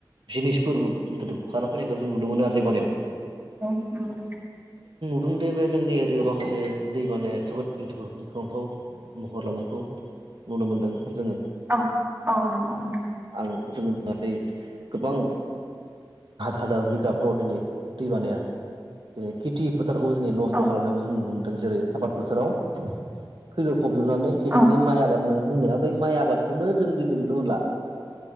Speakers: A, on the right (about 70°); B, on the right (about 25°).
A: जिनिसफोर गोदोम बुखारना फैनायखौ जों नुनो मोनो आरो दैेबानायाव।
B: ओ ओम
A: उदुंन्दै बे जोंनि एरियाव माखासे दै माने जोबोद गिख्रंथाव महर लानायखौ नुनो मोनदों जोङो।
B: औ औ नंगौ।
A: जों नुनाय जायो जों गोबां हाजार बिगाब। फोराव दिनै दै बानाया दिनै खेथि फोथारखौ दिनै नस्थ'
B: औ
A: खालामनायखौ जों नुनो मोनदों। जेरै आबाद बोथोराव खैलर फबजोबनानै जेथनाखि
B: औ
A: माइ आबाद होननानै बुंदोंना? बै माइ आबादखौनो जों दिनै नुनो मोनला।